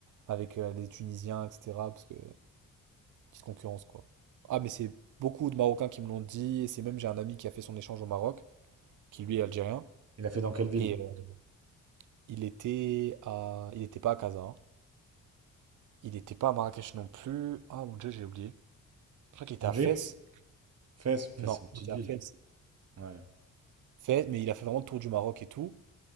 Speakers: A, on the right; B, on the right.
A: avec euh, les Tunisiens, etc. Parce que Petite concurrence, quoi. Ah, mais c'est beaucoup de Marocains qui me l'ont dit. Et c'est même, j'ai un ami qui a fait son échange au Maroc, qui lui est algérien.
B: Il a fait dans quelle ville?
A: Et euh, il était à... il n'était pas à Casa. hein. Il n'était pas à Marrakech non plus. Ah, mon Dieu, j'ai oublié. Je crois qu'il était
B: Angers?
A: à Fès.
B: Fès, Fès,
A: Non,
B: c'est une petite
A: il était
B: ville.
A: à Fès.
B: Ouais,
A: Fès, mais il a fait vraiment le tour du Maroc et tout.